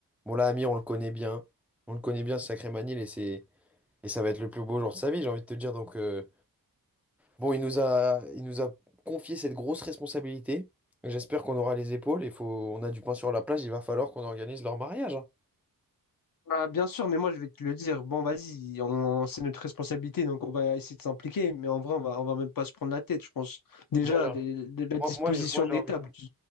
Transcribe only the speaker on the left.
Ah, bien sûr, mais moi je vais te le dire. Bon, vas-y, on, c'est notre responsabilité, donc on va essayer de s'impliquer. Mais en vrai, on va, on va même pas se prendre la tête, je pense. Déjà,
de, de la disposition
des
tables.
tu-